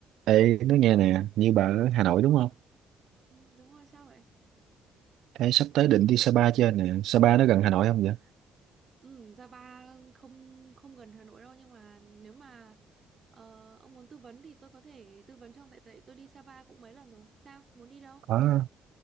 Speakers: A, on the right; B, on the right.
A: Ê, nói nghe nè, như bà ở Hà Nội đúng không?
B: Ừ, đúng rồi sao vậy?
A: Ê, sắp tới định đi Sapa chưa nè? Sapa nó gần Hà Nội không vậy?
B: Ừ, Sapa không không gần Hà Nội đâu nhưng mà nếu mà ờ, ông muốn tư vấn thì tôi có thể tư vấn cho ông tại tại tôi đi Sapa cũng mấy lần rồi. Sao? Muốn đi đâu?
A: À,